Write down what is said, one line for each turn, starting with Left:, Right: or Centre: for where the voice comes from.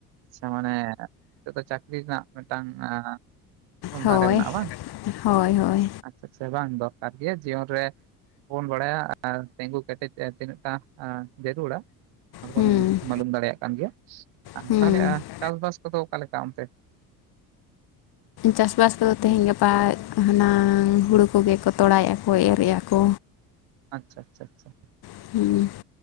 Right: ᱥᱮ ᱢᱟᱱᱮ ᱡᱚᱛᱚ ᱪᱟᱹᱠᱨᱤ ᱨᱮᱱᱟᱜ ᱢᱤᱫᱴᱟᱝ ᱟᱸ ᱥᱚᱱᱫᱷᱟ
Left: ᱦᱳᱭ
Right: ᱨᱮ ᱢᱮᱱᱟᱜᱼᱟ ᱵᱟᱝ,
Left: ᱦᱳᱭ ᱦᱳᱭ
Right: ᱟᱪᱪᱷᱟ ᱟᱪᱪᱷᱟ ᱵᱟᱝ ᱫᱚᱨᱠᱟᱨ ᱜᱮ ᱡᱤᱭᱚᱱ ᱨᱮ ᱵᱚᱱ ᱵᱟᱲᱟᱭ ᱟᱨ ᱛᱤᱸᱜᱩ ᱠᱮᱴᱮᱡ ᱛᱤᱱᱟᱹᱜᱴᱟᱸ ᱡᱟᱹᱨᱩᱲᱟ, ᱵᱚᱱ
Left: ᱦᱩᱸ
Right: ᱢᱞᱩᱢ ᱫᱟᱲᱮᱭᱟᱜ ᱠᱟᱱ ᱜᱮᱭᱟ ᱟᱨ
Left: ᱦᱩᱸ
Right: ᱛᱟᱦᱞᱮ ᱪᱟᱥ ᱵᱟᱥ ᱠᱚᱫᱚ ᱚᱠᱟ ᱞᱮᱠᱟ ᱚᱱᱛᱮ?
Left: ᱪᱟᱥ ᱵᱟᱥ ᱫᱚ ᱛᱮᱦᱮᱧ ᱜᱟᱯᱟ ᱦᱩᱟᱱᱟᱹᱝ ᱦᱩᱲᱩ ᱠᱚᱜᱮ ᱠᱚ ᱛᱚᱲᱟᱭᱮᱜᱼᱟ ᱠᱚ, ᱤᱨᱮᱜᱼᱟ ᱠᱚ
Right: ᱟᱪᱪᱷᱟ ᱟᱪᱪᱷᱟ ᱟᱪᱪᱷᱟ ᱾
Left: <inaudible>